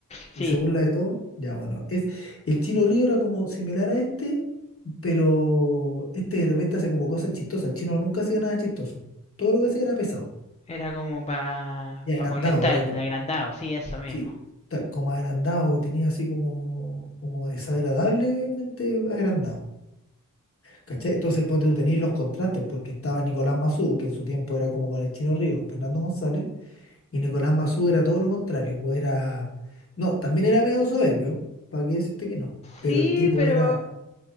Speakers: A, on the left; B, on the left.
A: Sí,
B: y se burla de todo. Ya, bueno, es, el Chino Río era como similar a este, pero este de repente hace como cosas chistosas. El chino nunca hacía nada chistoso. Todo lo que hacía era pesado.
A: era como para
B: Ya
A: pa
B: era agrandado,
A: molestar,
B: era.
A: de agrandado, sí, eso mismo.
B: Sí, ta- como agrandado, tenía así como, como desagradablemente agrandado. ¿Cachai? Entonces ponte tú tenías los contrastes, porque estaba Nicolás Massú, que en su tiempo era como con el Chino Río y Fernando González, y Nicolás Massú era todo lo contrario, pues era. No, también era medio soberbio, ¿para qué decirte que no? Pero
A: Sí,
B: el tipo
A: pero
B: era.